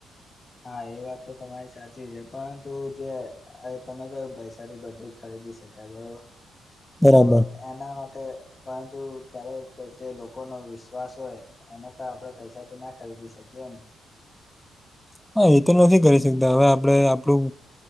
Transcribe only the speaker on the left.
હા એ વાત તો તમારી સાચી છે, પરંતુ જે તમે કયું પૈસાથી બધું ખરીદી શકાય બરોબર,
તો એના માટે પરંતુ ક્યારેક જે લોકોનો વિશ્વાસ હોય એને તો આપડે પૈસાથી ના ખરીદી શકીએ, એમ